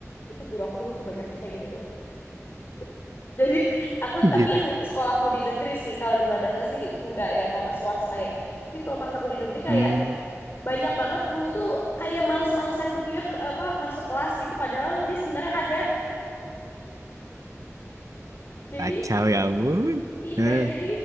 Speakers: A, on the left (about 45°); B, on the right (about 85°).
A: itu guru aku dulu tuh banyak tuh kayak gitu tuh. <laughs> Jadi aku
B: <laughs>
A: tapi yang sekolahku di negeri sih, kalau di madrasah sih enggak ya karena swasta ya. Tapi kalau pas aku di negeri kayak
B: Hmm,
A: banyak banget guru tuh kayak males-malesan gitu ya ke- apa masuk kelas gitu padahal dia sebenarnya ada. Jadi
B: kacau ya ampun.
A: iya,
B: Heh.
A: jadi